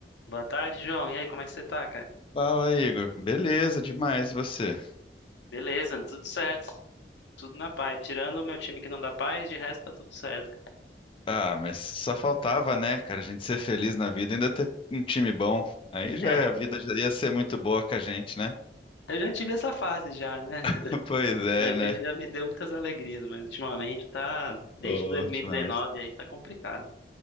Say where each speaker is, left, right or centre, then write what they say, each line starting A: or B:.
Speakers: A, on the left (about 80°); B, on the left (about 30°).
A: Boa tarde, João. E aí, como é que você tá, cara?
B: Fala, Igor. Beleza, demais. E você?
A: Beleza, tudo certo. Tudo na paz. Tirando o meu time que não dá paz, de resto tá tudo certo, cara.
B: Ah, mas só faltava, né, cara, a gente ser feliz na vida, e ainda ter um time bom. Aí já
A: É,
B: é- a vida já ia ser muito boa com a gente, né?
A: eu já tive essa fase já, né?
B: <laughs>
A: <laughs>
B: Pois é,
A: Meu time
B: né?
A: já me deu muitas alegrias, mas ultimamente tá, desde
B: Ô,
A: 2019
B: ultimamente.
A: aí tá complicado.